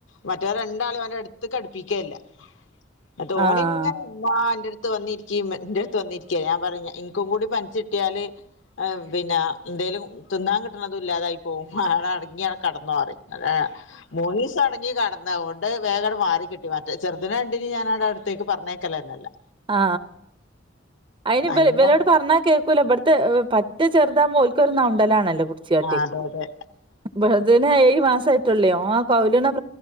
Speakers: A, on the left (about 80°); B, on the right (about 25°).
A: മറ്റവരേ രണ്ടാളേം <unintelligible> അടുത്ത് കിടപ്പിക്കേല്ലാ എന്നിട്ട്
B: ആഹ്
A: ഓനിങ്ങനെ <unintelligible> അടു അടുത്ത് വന്നിരിക്കേം എന്റെ അടുത്ത് വന്നിരിക്ക്യാ ഞാൻ പറഞ്ഞ എനിക്കും കൂടി പനിച്ചിട്ടിയാല് പിന്നെ എന്തേലും തിന്നാ കിട്ടണതും ഇല്ലാതായി പോവും അവിടെ അടങ്ങിയ കിടന്നോന്നു പറയും അതെ മൂന്നീസം അടങ്ങി കിടടന്നത് കൊണ്ട് വേഗങ്ങട് മാറി കിട്ടി മറ്റേ ചെറുതിന് കണ്ടിന് ഞാനവിടെ അടുത്തേക്ക് പറഞ്ഞേക്കല തന്നെല്ലാ
B: ആ അയിന് ഇവ
A: അങ്ങനെ
B: ഇവരോട് പറഞ്ഞാ കേക്കൂല ഇവിടുത്തെ <unintelligible> ചെറുതാ <unintelligible> ട്ടി
A: ആ അതെ അതെ
B: വലുതിന്ഏഴു മാസായി <unintelligible> ആ <unintelligible>